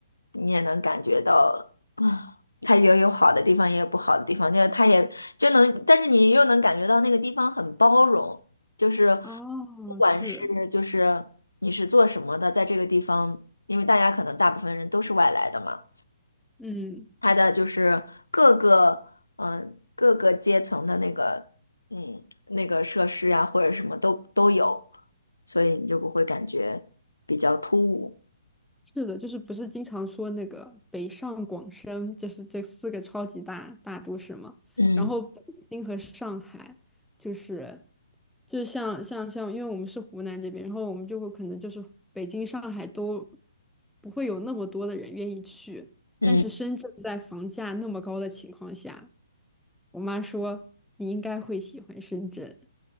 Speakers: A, on the left; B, in the centre.
A: 你也能感觉到，啊，它也有好的地方，也有不好的地方，就是它也就能，但是你又能感觉到那个地方很包容，就是
B: 哦，
A: 不管是就是你是做什么的，
B: 是，
A: 在这个地方，因为大家可能大部分人都是外来的嘛。
B: 嗯。
A: 它的就是各个嗯、呃各个阶层的那个嗯那个设施呀、或者什么都都有，所以你就不会感觉比较突兀。
B: 是的，就是不是经常说那个北上广深，就是这四个超级大大都市嘛。
A: 嗯
B: 然后北京和上海，就是就是像像像，因为我们是湖南这边，然后我们就会可能就是北京、上海都不会有那么多的人愿意去，
A: 嗯。
B: 但是深圳在房价那么高的情况下，我妈说你应该会喜欢深圳，